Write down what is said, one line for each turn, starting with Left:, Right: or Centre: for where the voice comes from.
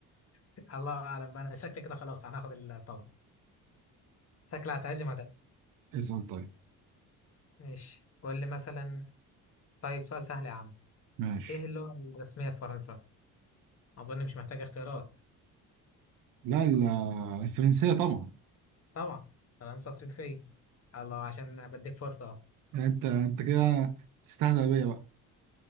Left: <laughs> الله أعلم بقى أنا شكلي كده خلاص هناخد الطبعا شكلي هتعزم هتعزم
Right: اسأل طيب
Left: ماشي قول لي مثلا طيب سؤال سهل يا عم
Right: ماشي
Left: إيه اللغة الرسمية في فرنسا؟ أظن مش محتاج اختيارات
Right: لا ال- الفرنسية طبعا
Left: طبعا فرنسا فرنسية الله عشان بديك فرصة أهو
Right: يعني انت انت كده تستهزأ بيا بقى